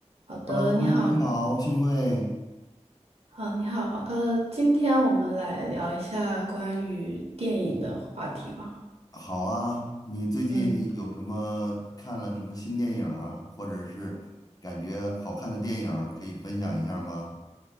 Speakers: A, on the right (about 55°); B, on the left (about 30°).
A: 好的，
B: Hello，
A: 你好，
B: 你好，幸会，
A: 啊，你好，呃，今天我们来聊一下关于电影的话题吧。
B: 好啊。你最近有什么看了什么新电影啊，
A: 嗯
B: 或者是感觉好看的电影可以分享一下吗？